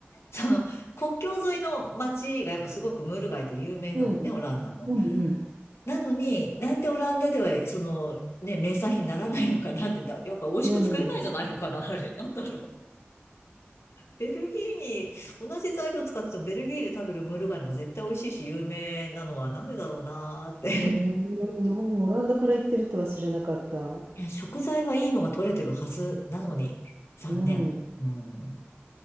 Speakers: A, on the left; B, on the right.
A: その国境沿いの町がやっぱすごくムール貝で有名なのね、
B: うん。
A: オランダも。
B: うんうん。
A: なのになんでオランダではそのね、名産品にならないのかなってだ、やっぱ美味しく作れないんじゃないのかな、
B: うん。
A: あれ。なんだろう。ベルギーに同じ材料使っててもベルギーで食べるムール貝の方が絶対美味しいし有名なのはなんでだろうなーって。
B: へえ、もうオランダから行ってるとは知らなかった。
A: ね食材はいいのが取れてるはずなのに、残念。
B: うん。うん。
A: うん。